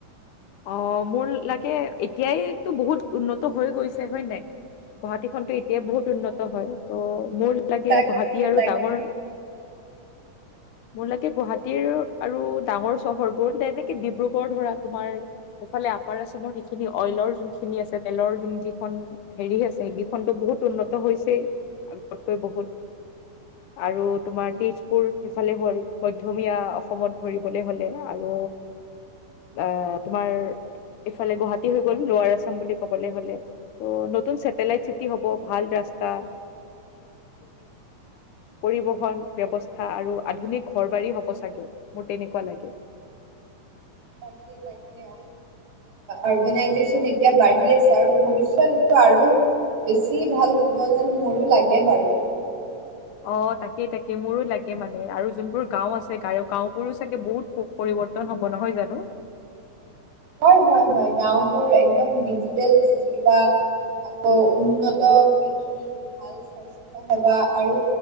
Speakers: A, on the left; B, on the right.
A: অ, মোৰ লাগে এতিয়াইতো বহুত উন্নত হৈ গৈছে হয় নাই। গুৱাহাটী খনতো এতিয়া বহুত উন্নত
B: অ
A: হয় ত' মোৰ লাগে,
B: তাকে
A: গুৱাহাটী আৰু
B: তাকে
A: ডাঙৰ <unintelligible> মোৰ লাগে গুৱাহাটীৰ আৰু ডাঙৰ চহৰ বোৰ হেনকে ডিব্ৰুগড় ধৰা তোমাৰ। এইফালে আপাৰ আচামৰ যিখিনি অইলৰ যোন খিনি আছে, তেলৰ যোন যিখন হেৰি আছে সেকেইখনতো বহুত উন্নত হৈছেই। কৈ বহুত আৰু তোমাৰ তেজপুৰ। সিফালে হল, মধ্যমীয়া অসমত ধৰিবলে হলে আৰু আহ, তোমাৰ এইফালে গুৱাহাটী হৈ গ'ল লোৱাৰ আছাম বুলি ক'বলৈ হলে। ত' নতুন চছেটেলাইট চিটি হব, ভাল ৰাস্তা পৰিবহন ব্যৱস্থা আৰু আধুনিক ঘৰ বাৰী হ'ব চাগে মোৰ তেনেকুৱা লাগে।
B: তাকেই-তাকেই। অৰ্গনাইজেচন এতিয়া বাঢ়ি আছে আৰু ভৱিষ্যৎত এইটো আৰু। বেছি ভাল হ'ব যেন মোৰো লাগে বাৰু।
A: অঁ তাকেই তাকে মোৰো লাগে মানে আৰু যোনবোৰ গাঁও আছে গ গাওঁ বোৰো চাগে বহুত পৰিৱৰ্তন হ'ব নহয় জানো।
B: হয়-হয়-হয় গাওঁবোৰ একদম ডিজিটেল কিবা। আকৌ উন্নত কৃষি ভাল স্বাস্থ্য সেৱা আৰু।